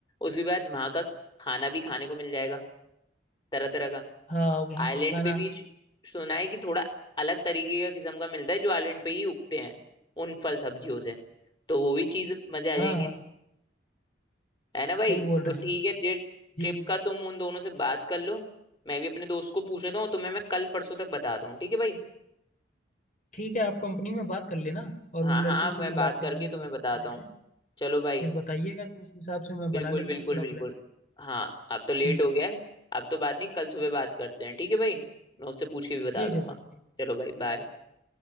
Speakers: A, on the left; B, on the left.
A: उसके बाद वहां का खाना भी खाने को मिल जाएगा तरह तरह का
B: हाँ वहाँ
A: आइलैंड
B: का खाना
A: पे भी सुना है कि थोड़ा अलग तरीके का किस्म का मिलता है जो आइलैंड पे ही उगते हैं उन फल सब्जियों से तो वो भी चीज मजे आ
B: हाँ
A: जाएंगे
B: हाँ
A: है ना भाई
B: सही बोल रहे
A: तो ठीक
B: हैं आप
A: है ये
B: जी
A: ट्रिप
B: जी
A: का तुम उन दोनों से बात कर लो मैं भी अपने दोस्त को पूछ लेता हूँ तुम्हें मैं कल परसों तक बताता हूँ ठीक है भाई
B: ठीक है आप कंपनी में बात कर लेना और
A: हाँ
B: उन
A: हाँ
B: लड़कों
A: हाँ,
B: से
A: मैं
B: भी
A: बात
B: बात
A: करके
B: कर लेना जो
A: तुम्हें
B: आपके
A: बताता
B: फ्रेंड
A: हूँ
B: हैं
A: चलो भाई
B: फिर बताइएगा तो उस हिसाब से मैं
A: बिल्कुल
B: बना लेता
A: बिल्कुल
B: हूँ पूरा
A: बिल्कुल
B: प्लान
A: हाँ अब तो लेट
B: ठीक
A: हो गया है अब तो बात नहीं कल सुबह बात करते हैं ठीक है भाई मैं उससे पूछ के भी बता
B: ठीक
A: दूंगा
B: है भाई
A: चलो भाई बाय